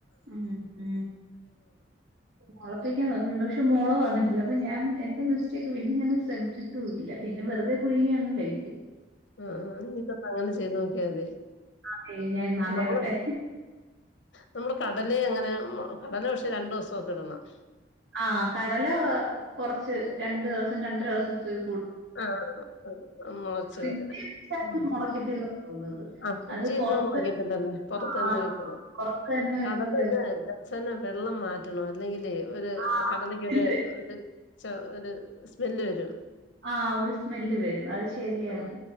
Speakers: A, on the right; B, on the left.
A: ഉം ഉം മുളപ്പിക്കാൻ നോക്കിയിട്ടുണ്ട് പക്ഷെ മുള വന്നിട്ടില്ല. അപ്പൊ ഞാൻ എന്റെ മിസ്റ്റേക്ക് പിന്നെ ഞാൻ ശ്രമിച്ചിട്ടും ഇല്ല പിന്നെ വെറുതെ പുഴുങ്ങി അങ്ങ് കഴിക്കും.
B: ആ ആ ഇനി തൊട്ട് അങ്ങനെ ചെയ്ത് നോക്കിയാ മതി
A: ആന്നേ ഞാൻ നാളെ
B: നമ്മള്
A: ആവട്ടെ
B: നമ്മള് കടലേയങ്ങന കടല പക്ഷെ രണ്ടു ദിവസമൊക്കെ ഇടണം
A: ആഹ് കടല കൊറച്ച് രണ്ടു ദിവസം രണ്ടര ദിവസപ്പെഴും
B: ആഹ് മുളച്ച്
A: ഫ്രിഡ്ജിൽ
B: വരാ
A: വെച്ചാലും
B: ഉം.
A: മുളയ്ക്കത്തില്ലെന്ന് തോന്നുന്നത്
B: ആഹ് ഫ്രിഡ്ജിലിരുന്ന്
A: അത് പുറത്ത്
B: മുളക്കത്തില്ലല്ലേ പുറത്ത്
A: ആ
B: തന്നെ വെക്കണം
A: പുറത്ത് തന്നെ വെച്ചാലേ
B: കടല പിന്നെ
A: അത് മുളയ്ക്കൂ.
B: ദിവസേന വെള്ളം മാ റ്റണം അല്ലെങ്കിൽ ലേ ഒര്
A: ആ
B: കടലക്ക്
A: സ്മെല്ല്
B: ഒര് ത് ച ഒര് സ്മെല്ല് വരും
A: ആഹ് ഒരു സ്മെല്ല് വരും അത് ശരിയാണ്.
B: ആ,